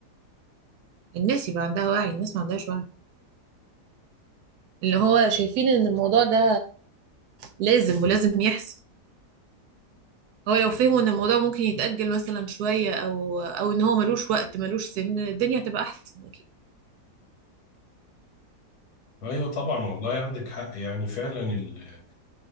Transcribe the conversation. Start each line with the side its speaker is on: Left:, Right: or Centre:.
Right: الناس يبقى عندها وعي الناس ما عندهاش وعي اللي هو شايفين ان الموضوع ده لازم ولازم يحصل هو لو فهموا ان الموضوع ممكن يتأجل مثلا شوية او او ان هو ملوش وقت ملوش سن الدنيا تبقى احسن اكيد
Left: ايوه طبعا والله عندك حق يعني فعلا ال-